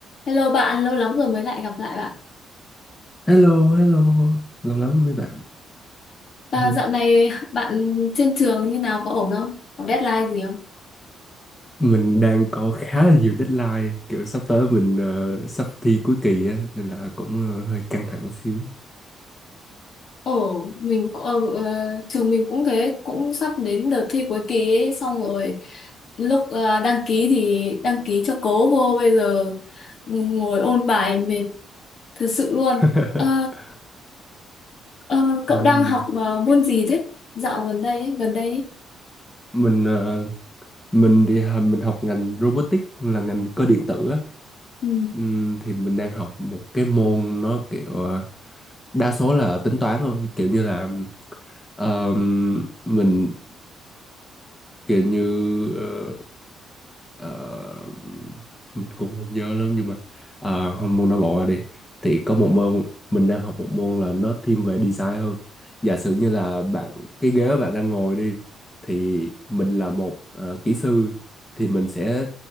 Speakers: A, on the left (about 55°); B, on the left (about 20°).
A: Hello bạn, lâu lắm rồi mới lại gặp lại bạn.
B: Hello, hello. Lâu lắm mới bạn.
A: À,
B: Ừ.
A: dạo này bạn trên trường như nào có ổn không? Có deadline gì không?
B: Mình đang có khá là nhiều deadline, kiểu sắp tới mình ờ, sắp thi cuối kỳ á nên là cũng ờ, hơi căng thẳng xíu.
A: Ổn, mình cũng- ờ, ờ, trường mình cũng thế, cũng sắp đến đợt thi cuối kỳ ấy, xong rồi lúc ờ, đăng ký thì đăng ký cho cố vô bây giờ ngồi ôn bài mệt thật sự luôn.
B: <laughs>
A: Ờ, ờ, cậu
B: Ừm.
A: đang học ờ, môn gì thế? Dạo gần đây ấy, gần đây. ấy.
B: Mình ờ, mình đi học- mình học ngành robotics là ngành cơ điện tử á.
A: Ừ.
B: Ừm, thì mình đang học một cái môn nó kiểu ờ, đa số là tính toán thôi, kiểu như là ờm, mình kiểu như ờ, Ờ, mình cũng không nhớ lắm nhưng mà ờ, môn não bộ ra đi thì có một môn mình đang học một môn là nó thiên về design hơn giả sử như là bạn cái ghế bạn đang ngồi đi thì mình là một ờ, kỹ sư thì mình sẽ